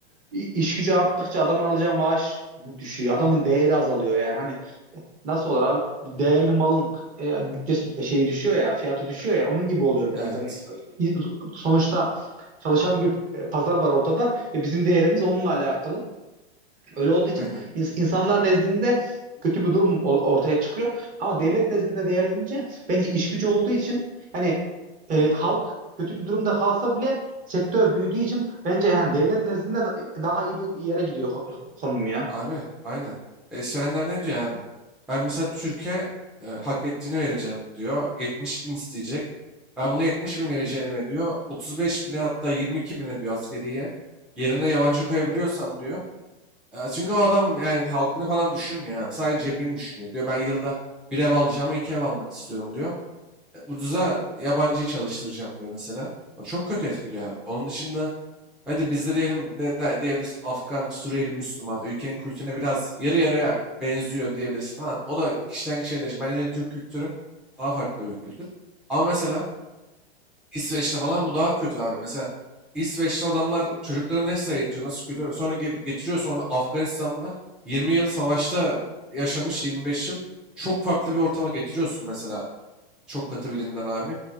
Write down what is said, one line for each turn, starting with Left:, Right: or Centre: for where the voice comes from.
Right: İ- gücü arttıkça adamın alacağı maaş düşüyor. Adamın değeri azalıyor yani. Hani nasıl olur abi? Değerli malın e, bütçesi şeyi düşüyor ya, fiyatı düşüyor ya. Onun gibi oluyor biraz.
Centre: Evet.
Right: Hani e, sonuçta çalışan bir e, pazar var ortada ve bizim değerimiz onunla alakalı. Öyle olduğu için
Centre: Aynen.
Right: ins- insanlar nezdinde kötü bir durum o- ortaya çıkıyor. Ama devlet nezdinde değerlenince bence iş gücü olduğu için hani e,
Centre: Evet.
Right: halk kötü bir durumda kalsa bile sektör büyüdüğü için bence yani devlet nezdinde da- daha iyi bir yere gidiyor ko- konum ya.
Centre: Abi aynen. E, işverenler ne diyor abi? Ben mesela Türkiye hak ettiğini vereceğim diyor. 70 bin isteyecek. Ben buna 70 bin vereceğim diyor. 35 bine hatta 22 bine diyor askeriye. Yerine yabancı koyabiliyorsam diyor. E, çünkü o adam yani halkını falan düşünmüyor abi. Sadece cebini düşünüyor. Diyor ben yılda bir ev alacağıma iki ev almak istiyorum diyor ucuza yabancıyı çalıştıracağım diyor mesela. O çok kötü etkiliyor abi. Onun dışında hadi bizde diyelim de, de- diyebilirsin Afgan, Suriyeli, Müslüman ülkenin kültürüne biraz yarı yarıya benziyor diyebilirsin falan. O da kişiden kişiye değişir. Bence Türk kültürü daha farklı bir kültür. Ama mesela İsveç'te falan bu daha kötü abi. Mesela İsveç'te adamlar çocukları nasıl eğitiyor, nasıl kültür sonra ge- getiriyor sonra Afganistan'da 20 yıl savaşta yaşamış 25 yıl çok farklı bir ortama getiriyorsun mesela çok katı bir dinden abi.